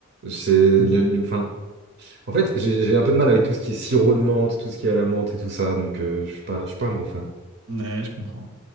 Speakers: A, on the right; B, on the right.
A: C'est le, le- enfin, En fait, j'ai j'ai un peu de mal avec tout ce qui est sirop de menthe, tout ce qui est à la menthe et tout ça, donc euh, je suis pas, je suis pas un grand fan.
B: Ouais, je comprends.